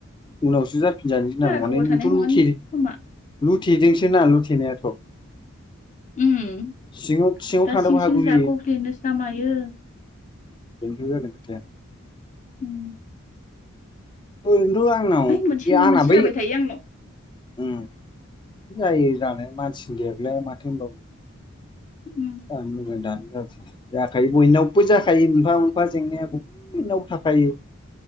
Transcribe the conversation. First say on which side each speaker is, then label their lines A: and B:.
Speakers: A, on the left (about 20°); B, on the left (about 35°).
A: उनावसो जाफिनजानो गिनांगौ
B: बारा
A: माने
B: गोबाव थानाय
A: नोंथ'
B: नङानो
A: लुथि
B: खोमा
A: लुथिदोंसोना लुथेनायाथ'
B: ओम
A: सिङाव सिङाव
B: दा
A: थानोबो
B: सिं
A: हागौ
B: सिं जाख'फ्लेनोसोना
A: बेयो
B: मायो
A: बेनोथ' जादों खोथाया
B: उम
A: ओरैनोथ' आंनाव
B: ओइ मोनसे
A: गियाना
B: नङा मोनसे
A: बै
B: जाबाय थायो आंनाव
A: ओम जायो जानाया मानसिनि देहाखौलाय आरो माथो होनबावनो
B: उम।
A: दानो मोजां दानो गाज्रि जाखायो बयनावबो जाखायो मोनफा मोनफा जेंनायाबो बयनावबो थाखायो